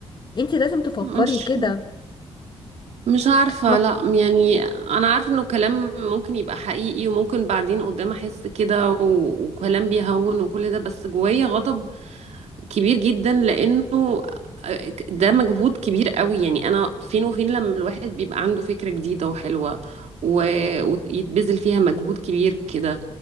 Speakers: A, on the left; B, on the right.
A: انتي لازم تفكري
B: مش
A: كده
B: مش عارفة
A: ما
B: لا يعني أنا عارفة إنه كلام ممكن يبقى حقيقي وممكن بعدين قدام أحس كده و... وكلام بيهون وكل ده بس جوايا غضب كبير جدا لانه آه، ده مجهود كبير قوي يعني انا فين وفين لما الواحد بيبقى عنده فكرة جديدة وحلوة و... ويتبذل فيها مجهود كبير كده